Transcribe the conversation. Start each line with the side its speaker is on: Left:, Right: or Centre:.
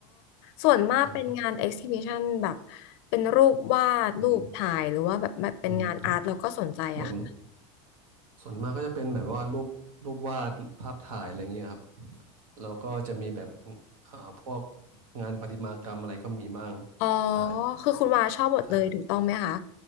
Left: ส่วนมากเป็นงาน
Right: ใช่ครับ
Left: exhibition แบบเป็นรูปวาดรูปถ่ายหรือว่าแบบเป็นงานอาร์ตเราก็สนใจอะค่ะ
Right: อืมอืมส่วนส่วนมากก็จะเป็นแบบว่ารูปรูปวาดภาพถ่ายอะไรเงี้ยครับแล้วก็จะมีแบบอ่าพวกงานประติมากรรมอะไรก็มีบ้าง
Left: อ๋อ
Right: ใช่
Left: คือคุณวาชอบหมดเลยถูกต้องไหมคะ
Right: ใช่